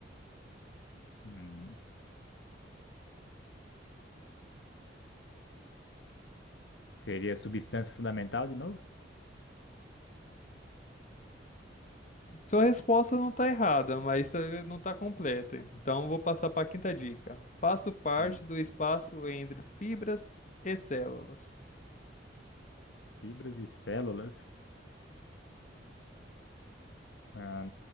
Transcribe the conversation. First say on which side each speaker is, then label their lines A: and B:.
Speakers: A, on the left (about 80°); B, on the left (about 40°).
A: Hum, seria substância fundamental de novo?
B: Sua resposta não está errada, mas tá- não está completa. Então vou passar para a quinta dica. Faço parte
A: Hum,
B: do espaço entre fibras e células.
A: Fibras e células. Ah,